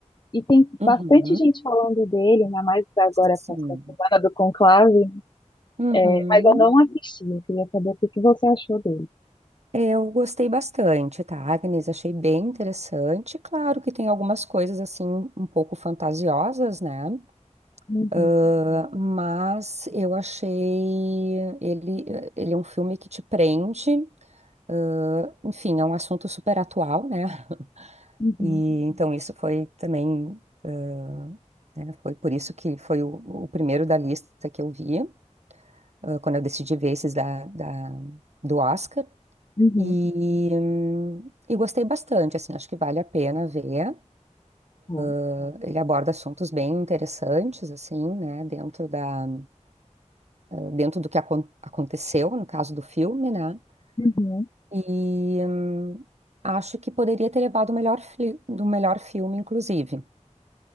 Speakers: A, on the left; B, on the right.
A: e tem
B: Uhum.
A: bastante gente falando dele, ainda mais agora
B: Sim.
A: com essa semana do Conclave,
B: Uhum.
A: né? mas eu não assisti. Eu queria saber o que que você achou dele.
B: Eu gostei bastante, tá, Agnes? Achei bem interessante. Claro que tem algumas coisas assim um pouco fantasiosas, né?
A: Uhum,
B: Ah, mas eu achei ele, ele é um filme que te prende. ah, enfim, é um assunto super atual, né?
A: uhum,
B: E então isso foi também, ah, né, foi por isso que foi o, o primeiro da lista que eu via ah, quando eu decidi ver esses da, da- do Oscar.
A: uhum,
B: E, hum, e gostei bastante, assim, acho que vale a pena ver.
A: tá,
B: Ah, Ele aborda assuntos bem interessantes, assim, né, dentro da, dentro do que acon- aconteceu no caso do filme, né?
A: uhum.
B: E hum, acho que poderia ter levado o melhor, fli- do melhor filme, inclusive.